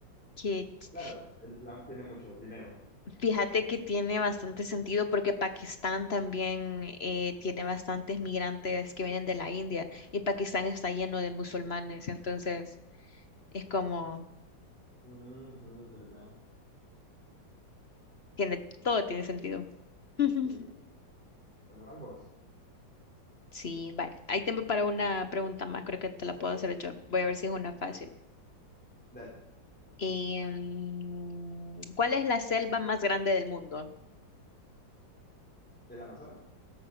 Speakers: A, on the left; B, in the centre.
A: Qué ch-
B: Claro, el Islam tiene mucho dinero.
A: Fíjate que tiene bastante sentido porque Pakistán también eh, tiene bastantes migrantes que vienen de la India y Pakistán está lleno de musulmanes, entonces es como,
B: Ujú, es verdad.
A: tiene, todo tiene sentido. <laughs>
B: Sí. Bueno, vas vos.
A: Sí, vale. Hay tiempo para una pregunta más, creo que te la puedo hacer yo. Voy a ver si es una fácil.
B: Dale.
A: Em, ¿cuál es la selva más grande del mundo?
B: ¿El Amazonas?